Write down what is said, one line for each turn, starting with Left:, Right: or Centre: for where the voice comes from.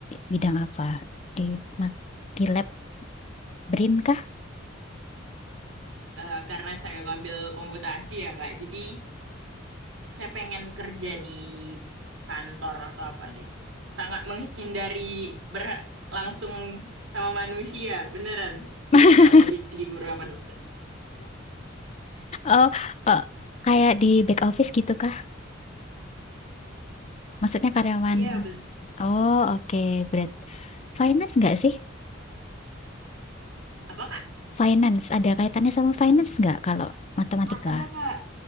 Left: bidang apa? Di, ma- di lab BRIN kah?
Right: Eh, karena saya ngambil komputasi ya Kak, jadi saya pengen kerja di kantor atau apa deh. Sangat menghindari ber- langsung sama manusia, beneran.
Left: <laughs>
Right: Jadi nggak mau jadi guru apa dosen.
Left: Oh, oh, kayak di back office gitu kah? Maksudnya karyawan.
Right: Iya, bener.
Left: Oh, oke. Berat. Finance nggak sih?
Right: Apa Kak?
Left: Finance, ada kaitannya sama finance nggak kalau matematika?
Right: Ada Kak,